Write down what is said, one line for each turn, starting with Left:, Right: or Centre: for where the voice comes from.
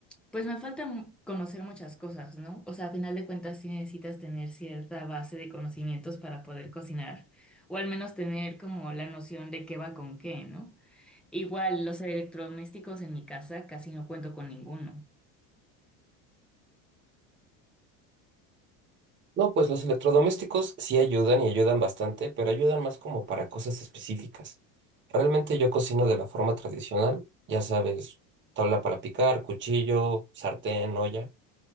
Centre: pues me falta mu- conocer muchas cosas, ¿no? O sea, a final de cuentas sí necesitas tener cierta base de conocimientos para poder cocinar, o al menos tener como la noción de qué va con qué, ¿no? Igual los electrodomésticos en mi casa casi no cuento con ninguno.
Right: No, pues los electrodomésticos sí ayudan y ayudan bastante, pero ayudan más como para cosas específicas. Realmente yo cocino de la forma tradicional, ya sabes, tabla para picar, cuchillo, sartén, olla.